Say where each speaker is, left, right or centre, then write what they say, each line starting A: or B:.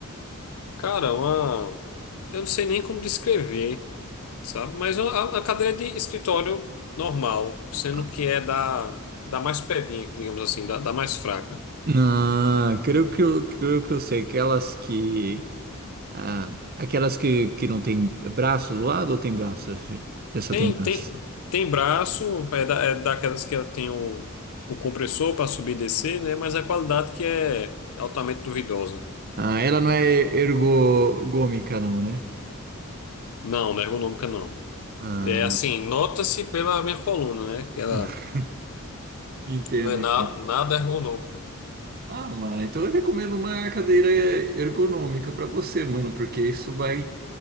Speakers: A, on the left; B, on the right.
A: Cara, uma, Eu não sei nem como descrever, sabe? Mas a, a cadeira de escritório normal, sendo
B: Ah,
A: que é da, da mais pebinha, digamos assim, da, da mais fraca.
B: Não, creio que eu, creio que eu sei. Aquelas que. ah, aquelas que, que não tem braço do lado ou tem braço? Essa
A: Tem,
B: tem braço.
A: tem, tem braço, é, da, é daquelas que tem o, o compressor para subir e descer, né? Mas a qualidade que é altamente duvidosa.
B: Ah, ela não é ergogômica, não, né?
A: Não, não é ergonômica, não.
B: Ah,
A: É assim, nota-se pela minha coluna, né? Que ela
B: <laughs> entendo,
A: não é nada,
B: entendo.
A: nada ergonômica.
B: Ah, mano, então eu recomendo uma cadeira ergonômica pra você, mano, porque isso vai